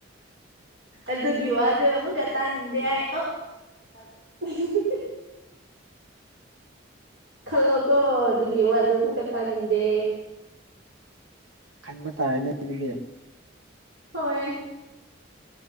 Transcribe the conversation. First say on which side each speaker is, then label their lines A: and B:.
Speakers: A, on the right; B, on the right.
A: ꯑꯗꯨꯒꯤ ꯋꯥꯗꯨ ꯑꯃꯨꯛꯀ ꯇꯥꯅꯤꯡꯗꯦ ꯑꯩ ꯑ ꯑ <unintelligible> ꯈꯜꯂꯣꯀꯣ ꯑꯗꯨꯒꯤ ꯋꯥꯗꯨ ꯑꯃꯨꯛꯀ ꯇꯥꯅꯤꯡꯗꯦ
B: ꯈꯟꯕ ꯇꯥꯔꯦꯅꯦ ꯑꯗꯨꯗꯤ
A: ꯍꯣꯏ